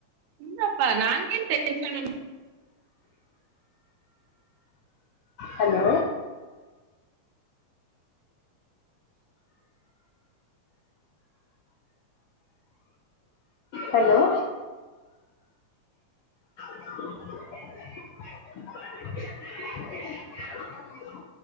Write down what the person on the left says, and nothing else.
ಹಲೋ
ಹಲೋ ಚಿವ್ ಚಿವಾತೆಲಿ. <inaudible>